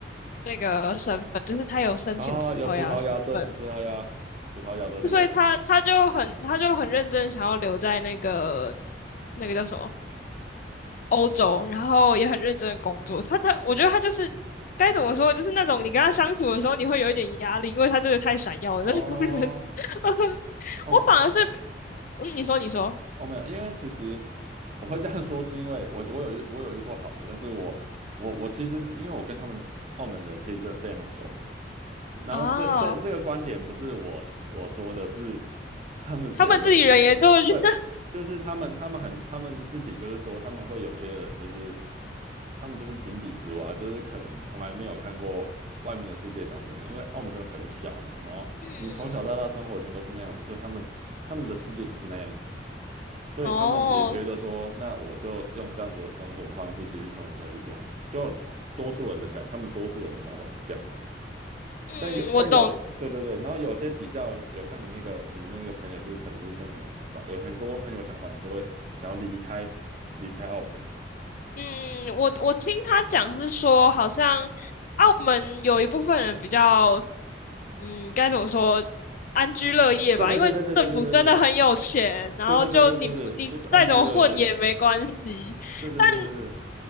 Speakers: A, on the left (about 50°); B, on the right (about 40°).
A: 那个身份，就是他有申请葡萄牙的身份。
B: 啊，有葡萄牙这葡萄牙葡萄牙的那个
A: 所以他他就很他就很认真想要留在那个那个叫什么欧洲，
B: 哎
A: 然后也很认真的工作。他他我觉得他就是该怎么说，就是那种你跟他相处的时候你会有一点压力，因为他真的太闪耀了那种人。
B: 哦，
A: <laughs>
B: 那、
A: 我反而是，
B: 我
A: 嗯，你说你说
B: 哦，没有，因为其实我会这样说，是因为我我有遇我有遇过好的，但是我我我其实是因为我跟他们澳门人其实真的非常熟，然后这这这个观点不是我我说的，
A: 哦，
B: 是他们说的，
A: 他们自己人也这么觉得。
B: 对，就是他们，他们很，他们自己就是说，他们会有些人就是，他们就是井底之蛙，就是可能从来没有看过外面的世界长怎样，因为澳门真的很小嘛，然后你从小到大生活圈都是那样子，
A: <laughs> 嗯，
B: 所以他们他们的世界就是那样子，所以他们也觉得说，
A: 哦，
B: 那我就用这样子的生活方式继续生活下去就好，就多数人的想，他们多数人的想法是这样子。
A: 嗯，
B: 但有但有对对对，
A: 我懂。
B: 然后有些比较有像你那个你那个朋友，就是可能就是真的很有想法，有很多很有想法，你就会想要离开离开澳门。
A: 嗯，我我听他讲是说，好像澳门有一部分人比较，嗯，该怎么说，安居乐业吧，
B: 对对对对对对对对
A: 因为政府真的很有钱，然后就你你再怎么混也没关系，
B: 对对对对对对对，就是安居乐业。对对对对对。
A: 但